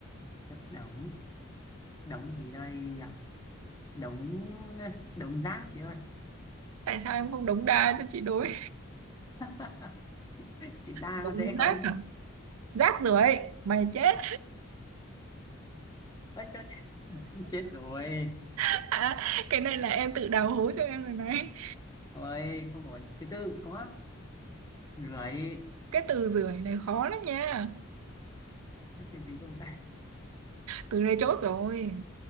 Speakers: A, on the left (about 15°); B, on the right (about 80°).
A: chất đống đống thì đây nhỉ? đống đống rác chị ơi
B: tại sao em không đống đa cho chị đối
A: <laughs> chị đa
B: đống
A: có dễ
B: rác
A: không
B: à? rác rưởi mày chết
A: ơi chết <laughs> chết rồi
B: <laughs> cái này là em tự đào hố cho em rồi này
A: ôi không có từ từ có lưỡi
B: cái từ rưởi này khó lắm nha
A: có từ gì không ta
B: từ này chốt rồi